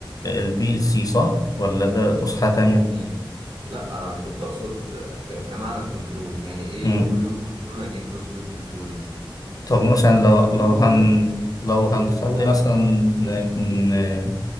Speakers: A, on the left; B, on the right.
A: البي ال سي صح ولا ده تصحيحة تانية
B: يعني لا انا كنت اقصد آه، ك- كمعنى الكنترول يعني ايه
A: مم.
B: اوبن لوب كنترول يعني ايه كلوزد لوب كنترول مثلا
A: طب مثلا لو
B: الاوبن
A: لو
B: لوب
A: هن
B: ده
A: لو هنخلي
B: اه
A: مثلا ن- ن-